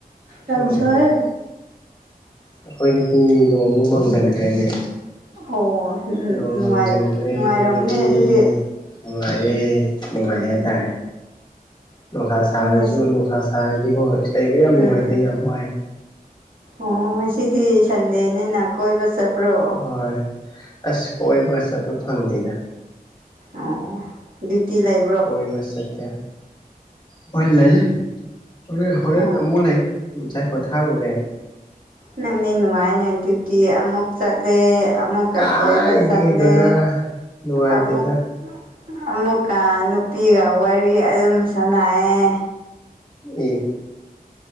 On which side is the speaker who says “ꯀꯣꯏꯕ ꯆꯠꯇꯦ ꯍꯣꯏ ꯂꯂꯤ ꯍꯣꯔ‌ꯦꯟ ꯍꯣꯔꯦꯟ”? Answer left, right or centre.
Left